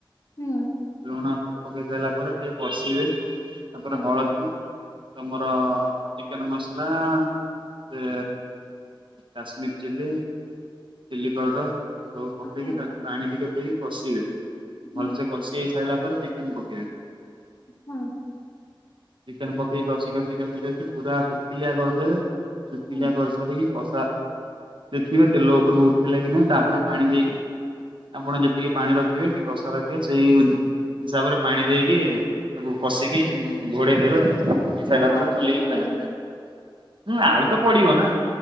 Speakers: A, on the left; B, on the right.
A: ହୁଁ
B: ଲୁଣ ପକେଇ ସଇଲା ପରେ ଟିକେ କଷିବେ ତାପରେ
A: ହୁଁ
B: ହଳଦୀ ତମର ଚିକେନ ମସଲା ସେ କାଶ୍ମୀର ଚିଲ୍ଲି ଚିଲ୍ଲି ପାଉଡ଼ର ସବୁ ପକେଇକି
A: ହଁ
B: ତାକୁ ପାଣି ଟିକେ ଦେଇକ କଷିବେ
A: ହୁଁ
B: ଭଲସେ କଷି ହେଇସାରିଲା ପରେ ଚିକେନ ପକେଇବେ।
A: ହୁଁ
B: ଚିକେନ ପକେଇ କଷି କଷି କଷି କଷି ପୁରା ଶୁଖିଲିଆ କରିଦେବେ ଶୁଖିଲିଆ
A: ହୁଁ
B: କରିସାରିକି କଷା ଦେଖିବେ ତେଲ ଉପର କୁ ଉଠଲା କି ନାଁହିଁ ତାପରେ ପାଣି ଦେଇକି ଆପଣ ଯେତିକି ପାଣି ରଖିବେ କି କଷା ରଖିବେ ସେଇ ୟୁଜ ହିସାବରେ ପାଣି ଦେଇକି ତାକୁ କଷିକି ଘୋଡେଇ ଦେବେ। ଫୁଟି ସାଇଲା
A: ଆଉ ଆଳୁ
B: ପରେ ଖୋଲିକି
A: ପକେଇବେନି
B: ଖାଇବେ ଟେଷ୍ଟ ଆଳୁ ତ ପଡିବ ନାଁ।